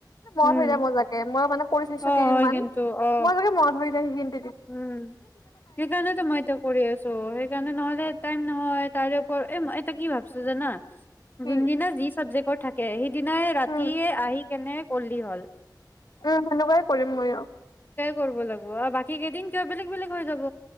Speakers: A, on the left (about 60°); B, on the left (about 25°).
A: মনত
B: উম
A: হৈ যায় মজাকে মই মানে কৰি চাইছো
B: অ
A: কেইদিনমান,
B: হয় কিন্তু অ
A: মই যাগে মনত ধৰি যায় সেইখি
B: উম, সেইকাৰণেতো মই এতিয়া কৰি আছো সেইকাৰণে নহলে টাইম নহয় তাৰে এই-এটা কি ভাবছো জানা।
A: কি
B: যোনদিনা যি চাবজেক্টৰ থাকে সিদিনাই ৰাতিয়ে
A: উম
B: আহি কেনে কৰলি হল।
A: উম সেনেকুৱাই কৰিম ময়ো
B: কৰ্ব লাগিব আ বাক ঠিক এইদিন কিয় বেলেগ-বেলেগ হৈ যাব।